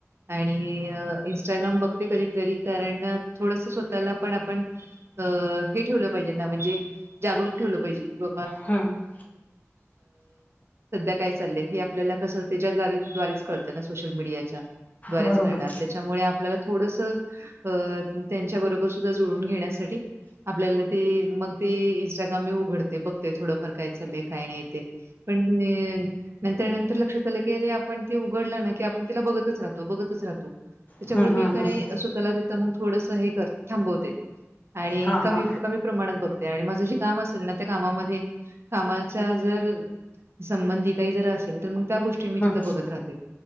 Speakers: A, on the right; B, on the left.
A: आणि इन्स्टाग्राम बघते कधी कारण थोडस स्वतःला पण आपण ठेवलं पाहिजे म्हणजे! ठ आपल्या..
B: हम्म
A: काय चा आपल्या क त्याारे कत सोशल मीडिया. दवारेच
B: बरोबर
A: करणार त्याच्यामुळे आपल्याला थोडस त्यांच्याबरोबर सुद्धा जुळून घेण्यासाठी.. आपल्याला ते मग ते इंस्टाग्राम मी उघडते बघते थोड. य चा का नाही ते पण नर नंतर लक्षात आलं की अरे आपण उघड.. आपणला ब राहतो ब राहतो त्याच्यामुळे
B: हम्म हम्म
A: मी
B: हम्म
A: स्वतःला द मग थोडस हे कर.. थांबवते आणि
B: हा
A: कमी
B: हा
A: कमी प्रमाणात बघते आणि माझं जे काम असेल ना त्या कामामध्ये.. कामाच्या जर संबंधी काही जर असेल तर मग.. त्या गोष्टी मी
B: हम्म
A: तिथं बघत राहते